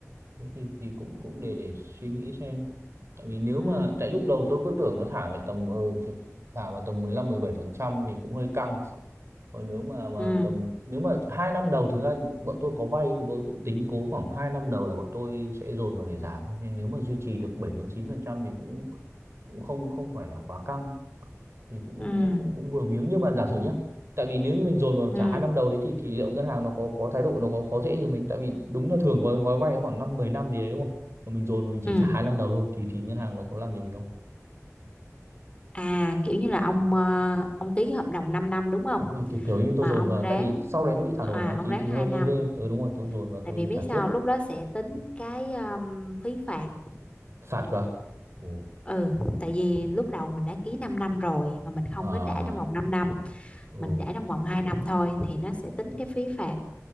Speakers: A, on the right; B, on the left.
A: thế thì thì cũng cũng để để suy nghĩ xem tại vì nếu
B: Ừ,
A: mà tại lúc đầu tôi cứ tưởng nó thả về tầm ờ, chục- thả vào tầm mười lăm mười bảy phần trăm thì cũng hơi căng còn nếu mà mà
B: ừ,
A: tầm nếu mà hai năm đầu thực ra bọn tôi có vay thì bọn tôi cũng tính cố khoảng hai năm đầu là bọn tôi sẽ dồn vào để giảm thôi. nên nếu mà duy trì được 7 đến 9 phần trăm thì cũng cũng không không phải là quá căng thì cũng
B: ừ.
A: cũng cũng vừa miếng nhưng mà giả sử nhá tại vì nếu như mình dồn vào trả
B: Ừ.
A: hai năm đầu đấy thì thì liệu ngân hàng nó có có thái độ nó có khó dễ gì mình tại vì đúng là thường gói gói vay nó khoảng năm 10 năm gì đấy đúng không mà mình dồn mà mình chỉ
B: Ừ.
A: trả hai năm đầu thôi thì thì ngân hàng nó có làm gì mình không
B: À kiểu như là ông ờ, ông ký cái hợp đồng 5 năm đúng không?
A: ừ, kiểu kiểu như tôi
B: Mà
A: dồn
B: ông
A: vào
B: ráng
A: tại vì sau đấy nó bị
B: à
A: thả nổi mà
B: ông
A: thì
B: ráng
A: thì
B: 2
A: hơi
B: năm.
A: hơi ghê ừ đúng rồi tôi dồn vào
B: Tại
A: tôi
B: vì biết
A: trả
B: sao
A: trước
B: lúc đó sẽ tính cái um, phí phạt.
A: phạt cơ Ồ.
B: Ừ, tại vì lúc đầu mình đã ký 5 năm rồi mà mình không
A: à
B: có trả trong vòng 5 năm,
A: ừ
B: mình trả trong vòng 2 năm thôi thì nó sẽ tính cái phí phạt